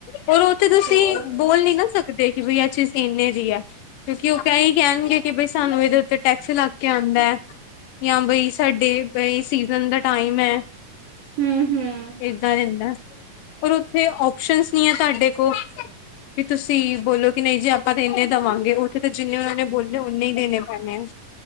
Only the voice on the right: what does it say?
ਹੋਰ
ਹੂੰ ਹੂੰ